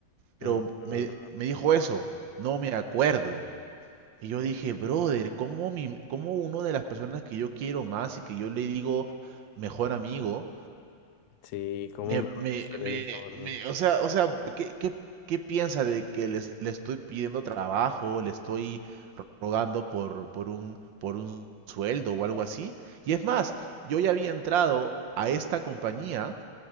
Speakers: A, on the right; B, on the left.
A: Pero
B: mm,
A: me,
B: mm,
A: me dijo eso, no me acuerdo. Y yo dije, brother, ¿cómo, mi, cómo una de las personas que yo quiero más y que yo le digo mejor amigo,
B: sí, ¿cómo
A: me,
B: me vas
A: me,
B: a hacer
A: me,
B: eso, verdad?
A: me- o sea, o sea, ¿qué, qué, qué piensa de que les- le estoy pidiendo trabajo, le estoy rogando por, por un, por un sueldo o algo así? Y es más, yo ya había entrado a esta compañía